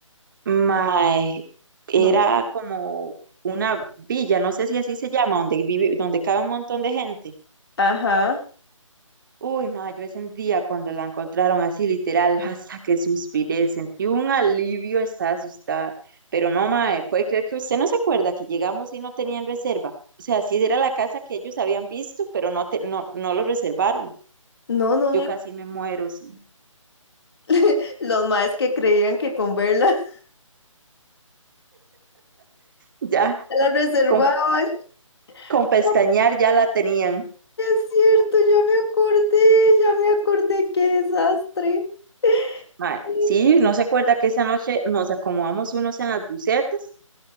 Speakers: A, on the right; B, on the left.
A: Mae, era
B: No.
A: como una villa, no sé si así se llama, donde vive, donde cabe un montón de gente.
B: Ajá.
A: Uy, ma, yo ese día cuando la encontraron así literal, <laughs> hasta que suspiré, sentí un alivio, estaba asustada. Pero no, ma, eh, puede creer que usted no se acuerda que llegamos y no tenían reserva. O sea, sí era la casa que ellos habían visto, pero no, te- no, no lo reservaron.
B: No, no.
A: Yo
B: me-
A: casi me muero, sí. <laughs>
B: <laughs> Los maes que creían que con verla
A: Ya,
B: <laughs> la reservaban.
A: con, con pestañear
B: Ay,
A: ya la tenían.
B: es cierto, ya me acordé, ya me acordé, qué desastre. <laughs>
A: Ma, sí, no se acuerda que esa noche nos acomodamos unos en las bucetas,